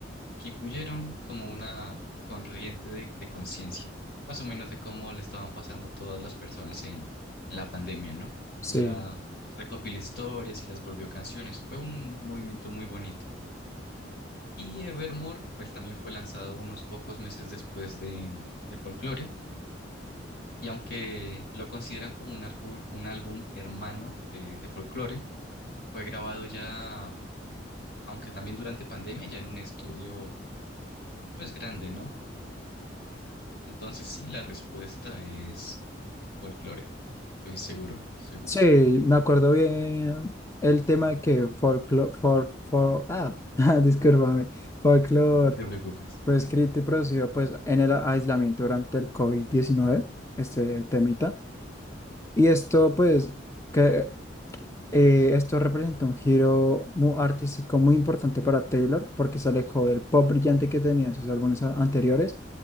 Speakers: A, on the left; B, on the left.
A: que influyeron como una corriente de, de conciencia, más o menos de cómo le estaban pasando todas las personas en, en la pandemia, ¿no?
B: sí.
A: Ella recopiló historias y las volvió canciones. Fue un movimiento muy bonito. Y Evermore, pues también fue lanzado unos pocos meses después de, de Folklore. Y aunque lo consideran como un, arbu- un álbum hermano de, de Folklore, fue grabado ya, aunque también durante pandemia, ya en un estudio pues grande, ¿no? Entonces sí, la respuesta es folclore. Estoy seguro, seguro,
B: Sí,
A: seguro.
B: me acuerdo bien el tema de que folklore, for, for- ah, <laughs> discúlpame, folklore
A: No te preocupes.
B: fue escrito y producido pues en el aislamiento durante el covid diecinueve, este temita. Y esto pues que eh, esto representó un giro muy artístico muy importante para Taylor porque se alejó del pop brillante que tenía en sus álbumes a- anteriores